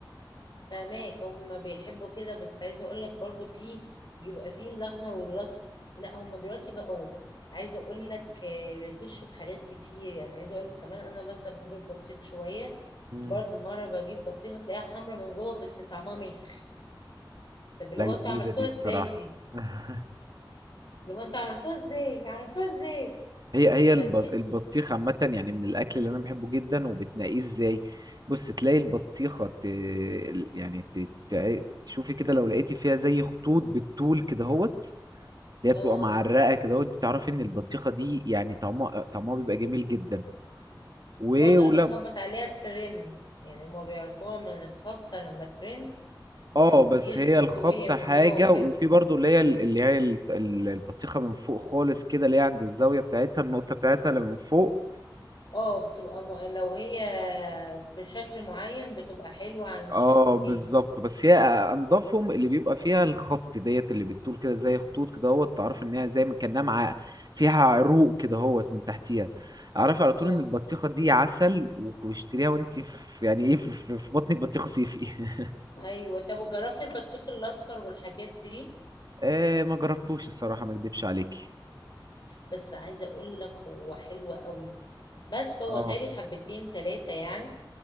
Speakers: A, on the left; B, on the right.
A: فهماك هما بيحبوا كده بس عايزة اقول لك برضو فيه بيبقى فيه الاحمر والاصفر لا هما دلوقتي بقوا عايزة اقول لك آه، بيغشوا في حاجات كتير يعني عايزة اقول لك كمان انا مثلا بحب البطيخ شوية
B: مم.
A: برضو مرة بجيب بطيخة تلاقيها حمرا من جوه بس طعمها ماسخ طب اللي
B: لا
A: هو
B: جديده
A: انتوا عملتوها
B: دي الصراحه
A: ازاي دي
B: <laughs>
A: اللي هو انتوا عملتوها ازاي عملتوها ازاي
B: هي هي الب-
A: فتحس
B: البطيخ عامة يعني من الأكل اللي أنا بحبه جدا وبتنقيه إزاي بص تلاقي البطيخة ت... ال- يعني ت... تع- تشوفي كده لو لقيتي فيها زي خطوط بالطول كده هوت اللي هي
A: اه
B: بتبقى معرقة كده هوت دي تعرفي إن البطيخة دي يعني طعمها طعمها بيبقى جميل جدا و...
A: وبرضه
B: ولا
A: لما تخبط عليها الترن يعني هما بيعرفوها من الخبطة لما ترن يعني
B: اه بس
A: ديت
B: هي
A: مستوية
B: الخبطة
A: من
B: حاجة
A: جوه وحلوة
B: وفي برضو اللي هي ال- اللي هي ال- ال- البطيخة من فوق خالص كده اللي هي عند الزاوية بتاعتها النقطة بتاعتها اللي من فوق
A: اه بتبقى م... لو هي بشكل معين بتبقى حلوة عن الشكل
B: اه بالظبط
A: تاني
B: بس هي انضفهم اللي بيبقى فيها الخط ديت اللي بتطول كده زي خطوط كده اهوت تعرف ان هي زي ما كانها مع فيها عروق كده اهوت من تحتيها اعرف على
A: اه
B: طول ان البطيخه دي عسل واشتريها وانت في يعني ايه في, في في بطنك بطيخه صيفي <laughs>
A: ايوه طب وجربت البطيخ الاصفر والحاجات دي
B: آه ما جربتوش الصراحه ما اكدبش عليكي
A: بس عايزة اقول لك هو حلو قوي بس هو
B: اه
A: غالي حبتين تلاتة يعني